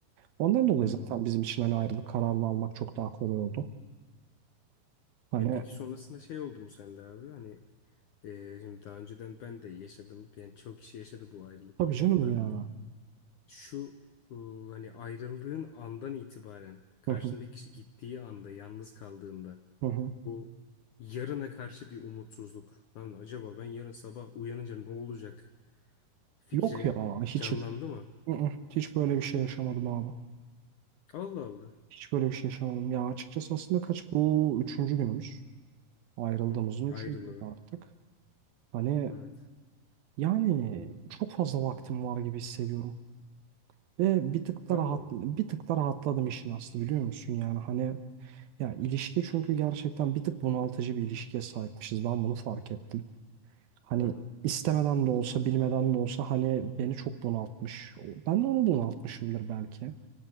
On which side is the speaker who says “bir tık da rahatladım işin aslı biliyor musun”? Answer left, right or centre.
Right